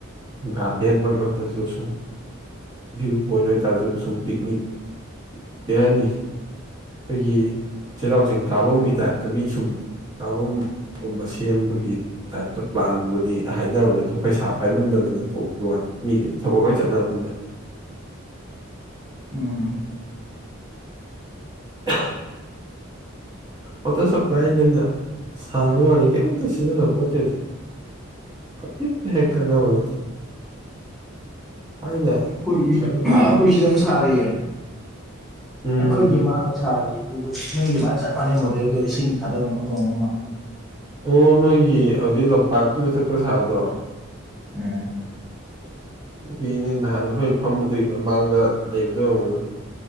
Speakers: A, on the right; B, in the centre.
A: ꯒꯥꯔꯗꯦꯟꯃꯛ ꯅꯠꯇ꯭ꯔꯁꯨ ꯁꯨꯝ ꯚꯤꯌꯨ ꯄꯣꯏꯟ ꯑꯣꯏꯇꯥꯔꯁꯨ ꯁꯨꯝ ꯄꯤꯛꯅꯤꯛ ꯀꯩ ꯍꯥꯏꯅꯤ ꯑꯩꯒꯤ ꯆꯩꯔꯥꯎ ꯆꯤꯡ ꯀꯥꯐꯝꯒꯤ ꯇꯥꯏꯞꯇ ꯃꯤ ꯁꯨꯝ ꯀꯥꯐꯝ ꯒꯨꯝꯕ ꯁꯦꯝꯕꯒꯤ ꯇꯥꯏꯞꯇ ꯄ꯭ꯂꯥꯟꯕꯨꯗꯤ ꯍꯥꯏꯅꯕꯅꯦ ꯑꯗꫭ ꯄꯩꯁꯥ ꯄꯥꯏꯃꯟꯗꯗꯅ ꯇꯣꯛꯄ ꯋꯥꯅꯤ ꯃꯤꯒꯤꯗꯤ ꯊꯕꯛ ꯂꯣꯏ ꯆꯠꯅꯕꯅꯤꯅꯦ
B: ꯎꯝ
A: <unintelligible> ꯋꯥꯇꯔ ꯁꯄ꯭ꯂꯥꯏꯅꯦꯅ ꯁꯥꯕꯒꯤ ꯋꯥꯅꯤ ꯀꯔꯤꯝꯇ ꯁꯤꯖꯤꯟꯅ ꯄꯣꯟꯇꯦꯗꯤ ꯀꯔꯤꯝꯇ ꯍꯦꯛ ꯀꯥꯟꯅꯕ ꯅꯠꯇꯦ ꯊꯥꯏꯅ
B: ꯑꯩꯈꯣꯏꯒꯤ
A: ꯈꯔꯕꯨꯗꯤ
B: ꯑꯩꯈꯣꯏ ꯁꯤꯗꯥ ꯑꯃ ꯁꯥ꯭ꯔꯤꯌꯦ
A: ꯎꯝ
B: ꯑꯩꯈꯣꯏꯒꯤ ꯃꯥꯡꯗ ꯁꯥ꯭ꯔꯤꯌꯦ ꯑꯗꯨꯁꯨ ꯅꯣꯏꯒꯤ ꯑꯗꯨꯃꯥꯏꯅ ꯆꯞ ꯃꯥꯟꯅꯩ ꯃꯣꯗꯦꯜꯗꯣ ꯏꯁꯤꯡ ꯊꯥꯗꯐꯝ ꯈꯣꯠꯄꯐꯝ ꯑꯃ ꯑꯃ
A: ꯑꯣ ꯅꯣꯏꯒꯤ ꯑꯗꯨꯏ ꯂꯝꯄꯥꯛ ꯀꯤ ꯃꯊꯛꯇ ꯁꯥꯕꯗꫭ
B: ꯎꯝ
A: ꯎꯄꯤꯅꯦ ꯅꯍꯥꯟ ꯑꯩꯈꯣꯏꯒꯤ ꯐꯝꯕꯗꯨꯒꯤ ꯃꯃꯥꯡꯗ ꯂꯩꯕꯗꫭ ꯑꫭꯏꯔꯝꯒꯅꯤ